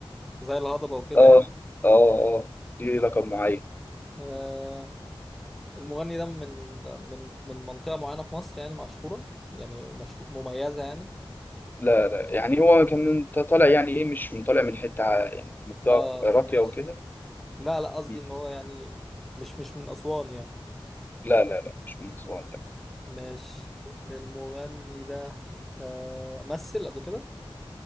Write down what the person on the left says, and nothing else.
آه
آه آه دي لقب معين
لا لا يعني هو كان انت طالع يعني إيه مش من طالع من حتة ع- يعني منطقة
راقية
وكده
م.
لا لا لا مش من أسوان ده